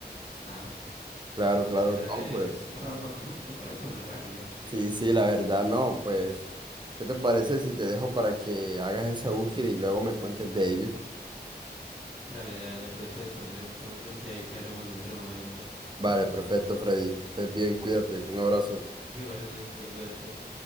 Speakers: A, on the left; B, on the right.
A: Nada.
B: Claro,
A: Eso
B: claro,
A: era
B: no,
A: es
B: pues.
A: <laughs> para curar con rabia.
B: Sí, sí, la verdad, no, pues. ¿Qué te parece si te dejo para que hagas esa búsqueda y luego me cuentes de ello?
A: Dale, dale, yo aprovecho a descansar entonces y ahí se hablamos en otro momento.
B: Vale, perfecto, Freddy. Que estés bien, cuídate. Un abrazo.
A: <laughs> Igualmente, cuídate.